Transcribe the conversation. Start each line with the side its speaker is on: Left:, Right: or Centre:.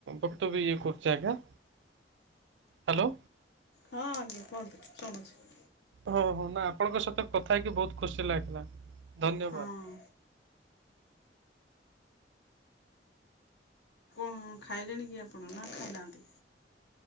Right: ବକ୍ତବ ଇଏ କରୁଛି ଆଜ୍ଞା। ହ୍ୟାଲୋ।
Left: ହଁ ଆଜ୍ଞା କୁହନ୍ତୁ ଶୁଣୁଛି।
Right: ହଁ ହଁ ନା ଆପଣଙ୍କ ସହିତ କଥା ହେଇକି ବହୁତ ଖୁସି ଲାଗିଲା ଧନ୍ୟବାଦ।
Left: ହଁ ହଁ ଖାଇଲେଣି କି ଆପଣ ନା ଖାଇନାହାନ୍ତି?